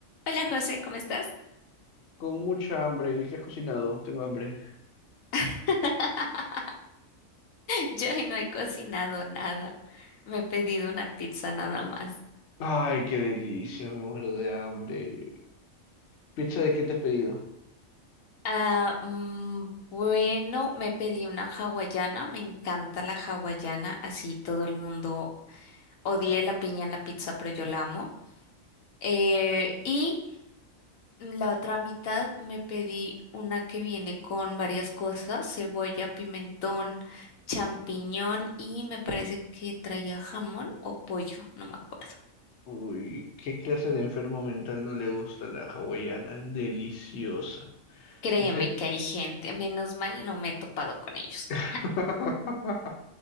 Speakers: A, on the left; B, on the left.
A: Hola José, ¿cómo estás?
B: Con mucha hambre. ¿Qué has cocinado? Tengo hambre.
A: <laughs> Yo hoy no he cocinado nada. Me he pedido una pizza nada más.
B: Ay, qué delicia, me muero de hambre. ¿Pizza de qué te has pedido?
A: Ah, mm, bueno, me pedí una hawaiana. Me encanta la hawaiana. Así todo el mundo odié la piña en la pizza, pero yo la amo. Eh, y la otra mitad me pedí una que viene con varias cosas: cebolla, pimentón, champiñón y me parece que traía jamón o pollo, no me acuerdo.
B: Uy, ¿qué clase de enfermo mental no le gusta la hawaiana? Deliciosa.
A: Créeme
B: Ese-
A: que hay gente, menos mal no me he topado con ellos.
B: <laughs>